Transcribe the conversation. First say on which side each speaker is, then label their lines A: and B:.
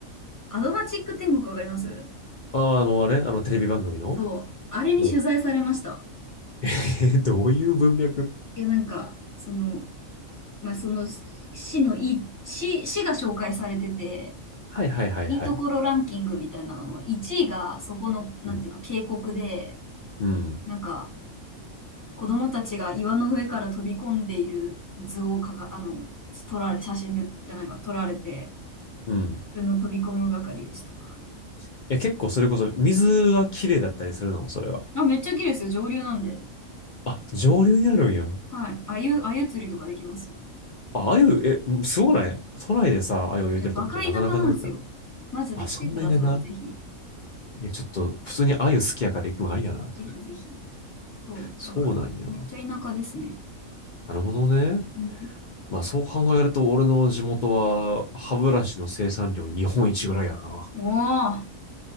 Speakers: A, on the left; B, on the left.
A: アドマチック天国わかります
B: あ、あの、あれあの、テレビ番組の
A: そう。あれに取材されました。
B: うん。<laughs> え、どういう文脈
A: いや、なんか、その、まあ、その、し市のいい、市、市が紹介されてて、
B: はいはいはいはい。
A: いいところランキングみたいなのの1位がそこの、なんていうの、
B: うん。
A: 渓谷で、
B: うん。
A: なんか、子供たちが岩の上から飛び込んでいる図をかか、あの、撮られ、写真で、じゃないわ、撮られて、
B: うん。
A: 普通の飛び込む係でした。
B: いや、結構それこそ、水は綺麗だったりするのそれは。
A: あ、めっちゃ綺麗ですよ、上流なんで。
B: あ、上流にあるんや。
A: はい。あゆ、あゆ釣りとかできます。
B: あ、あゆ、え、んすごくない都内でさ、あゆを焼いてるとこってなかなかないやん。
A: いや、バカ田舎なんですよ。マジで来てください、
B: あ、そんな田舎
A: ぜひ。
B: いや、ちょっと、普通にあゆ好きやから行くのありやな、それ。
A: ぜひぜひ。そう、
B: そうなんや。
A: だから、めっちゃ田舎ですね。
B: なるほどね。
A: うん。
B: まあ、そう考えると、俺の地元は、歯ブラシの生産量日本一ぐらいやな。
A: おー、